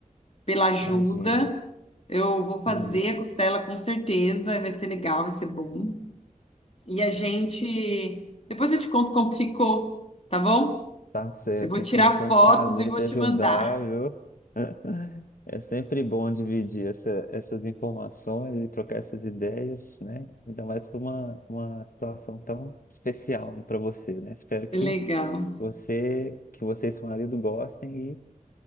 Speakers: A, on the left; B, on the left.
A: pela ajuda.
B: Imagina,
A: Eu vou fazer
B: que isso.
A: a costela com certeza, vai ser legal, vai ser bom. E a gente. Depois eu te conto como ficou, tá bom?
B: Tá certo,
A: Eu vou
B: Cristina.
A: tirar
B: Foi
A: fotos
B: um prazer
A: e vou
B: te
A: te
B: ajudar,
A: mandar.
B: viu? <laughs> É sempre bom dividir essa- essas informações e trocar essas ideias, né? Ainda mais para uma, uma situação tão especial para você, né? Espero que
A: Legal.
B: você, que você e seu marido gostem e